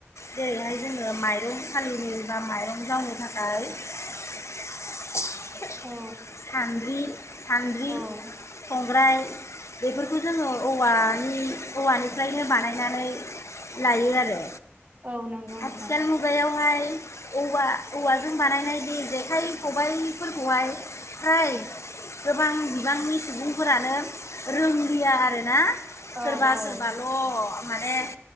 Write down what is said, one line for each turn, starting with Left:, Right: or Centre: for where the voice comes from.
Left: जेरैहाय जोङो माइरं सालिनो बा माइरं जावनो थाखाय सानद्रि
Right: औ
Left: सानद्रि
Right: औ
Left: संग्राय बेफोरखौ जोङो औवानि औवानिफ्रायनो बानायनानै लायो आरो।
Right: औ नंगौ नोंथां
Left: आथिखाल मुगायावहाय औवा औवाजों बानायनाय बे जेखाइ खबायफोरखौहाय फ्राय गोबां बिबांनि सुबुंफोरानो रोंलिया आरोना।
Right: औ
Left: सोरबा
Right: औ
Left: सोरबाल' माने